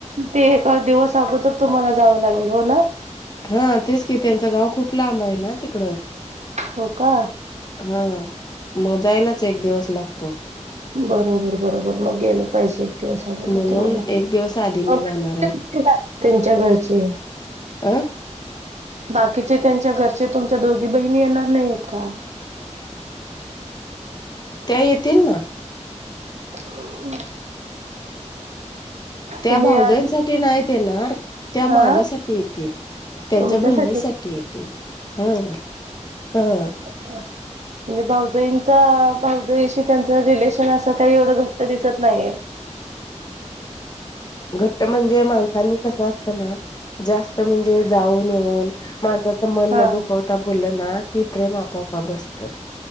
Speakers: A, on the right; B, on the left.
A: ते एका दिवस अगोदर तुम्हाला जावं लागेल हो ना
B: हा तेच की त्यांचं गाव खूप लांब आहे ना तिकडं
A: होका
B: हा म जाायलाच एक दिवस लागतो
A: बरोबर बरोबर मग गेलं पाहिजे दिवस अगत
B: म्हणून
A: तुम्हाला
B: एक दिवस आधी मी
A: त्यांच्या
B: जाणार आहे
A: घरचे
B: आं
A: बाकीचे त्यांच्या घरचे तुमच्या दोघी बहिणी येणार नाही आहेत का
B: त्या ये ततीलल ना
A: हम्
B: त्या
A: तुम्ही
B: भाऊजंसाठीठी
A: आज
B: नाही दे येणार त्या माझ्यासाठी
A: हा
B: येतील त्यांच्या
A: तुमच्यासाठी
B: बहिणीसाठी येतील हा हां
A: हम म्हणजे भाऊजईंचा भाऊजईशी त्यांचं रिलेशन असं काही एवढं घट्ट दिसत नाही
B: घट्ट म्हणजे माणसांनी कसं असत ना जास्त म्हणजे जाऊन येऊन माणसाचं मन
A: हा
B: न दुखवता बोललं ना की प्रेम आपोआप बसतं